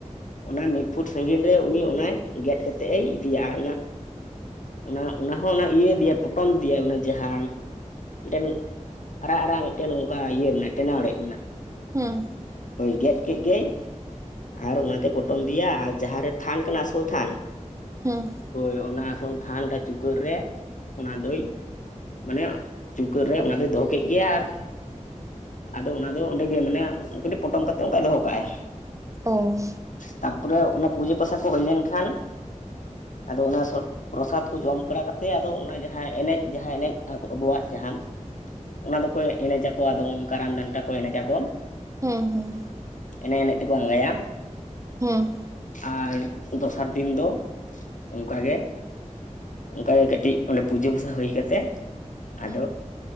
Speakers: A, on the left (about 75°); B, on the right (about 25°).
A: ᱚᱱᱟ ᱢᱤᱫ ᱯᱷᱩᱴ ᱥᱟᱺᱜᱤᱧ ᱨᱮ ᱩᱱᱤ ᱚᱱᱟ ᱜᱮᱫ ᱠᱟᱛᱮᱫ ᱮ ᱤᱫᱤᱭᱟ, ᱟᱨ ᱚᱱᱟ ᱚᱱᱟ ᱚᱱᱟ ᱦᱚᱸ ᱚᱱᱟ ᱤᱭᱟᱹᱫᱤᱭᱮ ᱯᱚᱴᱚᱢ ᱤᱫᱤᱭᱮ ᱚᱱᱟ ᱡᱟᱦᱟᱸ ᱢᱤᱫᱴᱮᱱ ᱟᱨᱟᱜ ᱟᱨᱟᱜ ᱢᱤᱫᱴᱮᱱ ᱚᱱᱠᱟ ᱤᱭᱟᱹ ᱨᱮᱱᱟᱜ ᱴᱮᱱᱟ ᱚᱲᱮᱡ ᱨᱮᱱᱟᱜ,
B: ᱦᱮᱸ᱾
A: ᱦᱳᱭ ᱜᱮᱫ ᱠᱮᱫ ᱜᱮᱭ ᱟᱨ ᱚᱱᱟᱛᱮ ᱯᱚᱴᱚᱢ ᱫᱤᱭᱟ ᱟᱨ ᱡᱟᱦᱟᱸᱨᱮ ᱛᱷᱟᱱ ᱠᱟᱱᱟ ᱟᱥᱚᱞ ᱛᱷᱟᱱ,
B: ᱦᱮᱸ᱾
A: ᱦᱳᱭ ᱚᱱᱟ ᱟᱥᱚᱞ ᱛᱷᱟᱱ <unintelligible> ᱪᱩᱠᱟᱹᱜ ᱨᱮ ᱚᱱᱟ ᱫᱚᱭ ᱢᱟᱱᱮ ᱪᱩᱠᱟᱹᱜ ᱨᱮ ᱚᱱᱟ ᱫᱚᱭ ᱫᱚᱦᱚ ᱠᱮᱫ ᱜᱮ ᱟᱨ ᱟᱫᱚ ᱚᱱᱟ ᱫᱚ ᱚᱸᱰᱮ ᱜᱮ ᱢᱟᱱᱮ ᱠᱟᱹᱴᱤᱡ ᱯᱚᱴᱚᱢ ᱠᱟᱛᱮᱫ ᱚᱱᱠᱟᱭ ᱫᱚᱦᱚ ᱠᱟᱜᱼᱟᱭ᱾
B: ᱳ᱾
A: ᱛᱟᱯᱚᱨᱮ ᱚᱱᱟ ᱯᱩᱡᱟᱹ ᱯᱟᱥᱟ ᱠᱚ ᱦᱩᱭ ᱞᱮᱱ ᱠᱷᱟᱱ ᱟᱫᱚ ᱚᱱᱟ ᱥᱚᱨ ᱯᱨᱚᱥᱟᱫ ᱠᱚ ᱡᱚᱢ ᱵᱟᱲᱟ ᱠᱟᱛᱮ ᱟᱫᱚ ᱚᱱᱟ ᱡᱟᱦᱟᱸ ᱮᱱᱮᱡ ᱡᱟᱦᱟᱸ ᱮᱱᱮᱡ ᱟᱵᱚᱣᱟᱜ ᱡᱟᱦᱟᱸᱱ ᱚᱱᱟ ᱫᱚᱠᱚ ᱮᱱᱮᱡᱟ ᱠᱚ ᱟᱫᱚ ᱚᱱᱟ ᱠᱟᱨᱟᱢ ᱰᱟᱱᱴᱟ ᱠᱚ ᱮᱱᱮᱡᱟ ᱠᱚ᱾
B: ᱦᱮᱸ ᱦᱮᱸ᱾
A: ᱮᱱᱮᱡ ᱮᱱᱮᱡ ᱛᱮᱠᱚ ᱟᱸᱜᱟᱭᱟ᱾
B: ᱦᱮᱸ᱾
A: ᱟᱨ ᱫᱚᱥᱟᱨ ᱫᱤᱱ ᱫᱚ ᱚᱝᱠᱟᱜᱮ ᱚᱝᱠᱟᱜᱮ ᱠᱟᱹᱴᱤᱡ ᱚᱸᱰᱮ ᱯᱩᱡᱟᱹ ᱯᱟᱥᱟ ᱦᱩᱭ ᱠᱟᱛᱮᱜ
B: ᱦᱮᱸ
A: ᱟᱫᱚ